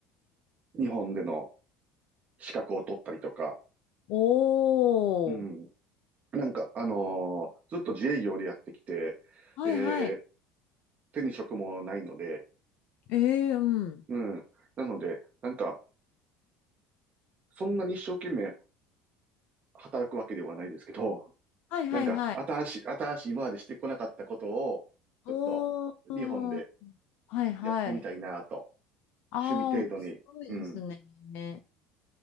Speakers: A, on the right (about 40°); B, on the left (about 60°).
A: ー日本での資格を取ったりとか。
B: おー。
A: うん。なんか、あのーずっと自営業でやってきて、
B: はいはい。
A: で、手に職もないので、
B: ええーうん。
A: うん。なので、なんか、そんなに一生懸命働くわけではないですけど、
B: はいはいはい。
A: なんか、新しい、新しい、今までしてこなかったことを、
B: おー。
A: ちょっと、
B: うん
A: 日本で
B: はいはい。
A: やってみたいなと。
B: ああ、
A: 趣味程度に。
B: 面白いです
A: うん。
B: ね。